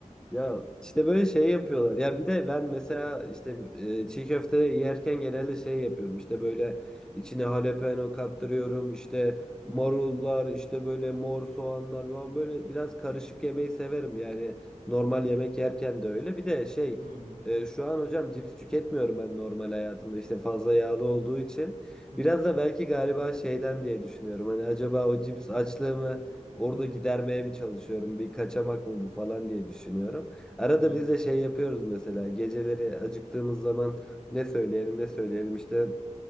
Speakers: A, in the centre; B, on the right.
A: Ya işte böyle şey yapıyorlar. Ya bir de ben mesela işte e, çiğ köfte yerken genelde şey yapıyorum. İşte böyle içine jalapeno kattırıyorum. İşte
B: Hmm,
A: marullar, işte böyle mor soğanlar falan böyle biraz karışık yemeyi severim. Yani normal yemek yerken de öyle. Bir de şey
B: hmm,
A: e, şu an hocam cips tüketmiyorum ben normal hayatımda. İşte fazla yağlı olduğu için.
B: hı
A: Biraz
B: hı,
A: da belki galiba şeyden diye düşünüyorum. Hani acaba o cips açlığımı Orada
B: hmm.
A: gidermeye mi çalışıyorum, bir kaçamak mı bu falan diye düşünüyorum. Arada
B: Anladım.
A: biz de şey yapıyoruz mesela geceleri acıktığımız zaman ne söyleyelim ne söyleyelim işte